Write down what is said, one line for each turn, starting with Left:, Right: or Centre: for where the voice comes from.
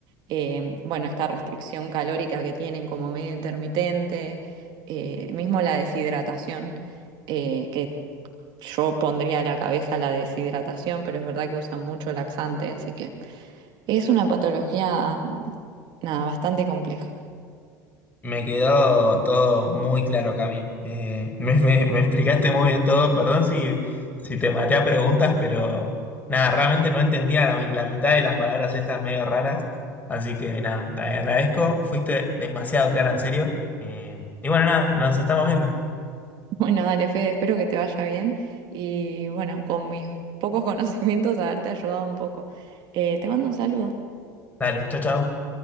Right: eh, bueno, esta restricción calórica que tienen como medio intermitente, eh, mismo la deshidratación, eh, que yo pondría a la cabeza la deshidratación, pero es verdad que usan mucho laxante, así que es una patología, mm, nada, bastante compleja. <laughs>
Left: Me quedó todo muy claro, Cami. Eh, me, me- me explicaste muy bien todo. Perdón si, si te maté a preguntas, pero nada, realmente no entendía la, mi- la mitad de las palabras estas medio raras. Así que nada, te agradezco. Fuiste demasiado clara, en serio. Eh, y bueno, nada, nos estamos viendo.
Right: Bueno, dale, Fede, espero que te vaya bien y bueno, con mis pocos <laughs> conocimientos haberte ayudado un poco. Eh, te mando un saludo.
Left: Dale, chao, chao.